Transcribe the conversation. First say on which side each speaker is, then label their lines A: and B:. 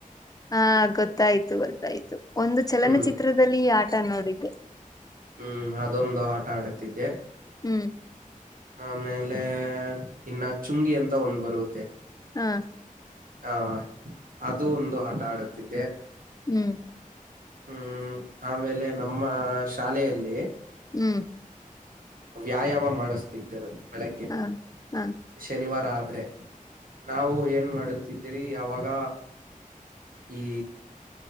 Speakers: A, on the left; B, on the right.
A: ಹ ಗೊತ್ತಾಯ್ತು ಗೊತ್ತಾಯ್ತು ಒಂದು ಚಲನಚಿತ್ರದಲ್ಲಿ
B: ಹ್ಮ್
A: ಈ ಆಟ ನೋಡಿದ್ದೆ
B: ಹ್ಮ್ ಅದೊಂದು ಆಟ ಆಡುತ್ತಿದ್ದೆ
A: ಹ್ಮ್
B: ಆಮೇಲೆ ಇನ್ನ ಚುಂಗಿ ಅಂತ ಒಂದ್ ಬರುದು
A: ಹಾ
B: ಹ ಅದು ಒಂದು ಆಟ ಆಡುತ್ತಿದ್ದೆ
A: ಹ್ಮ್
B: ಹ್ಮ್ ಆಮೇಲೆ ನಮ್ಮ ಶಾಲೆಯಲ್ಲಿ
A: ಹ್ಮ್
B: ವ್ಯಾಯಾಮ ಮಾಡ! ! ಮಾಡಿಸ್ತೀದರು ಬೆಳಗ್ಗೆ
A: ಹಾ ಹಾ
B: ಶನಿವಾರ ಆದ ಆದ್ರೆ ನಾವು ಏನ್ ಮಾಡುತ್ತಿದ್ರಿ ಅವಾಗ ಈ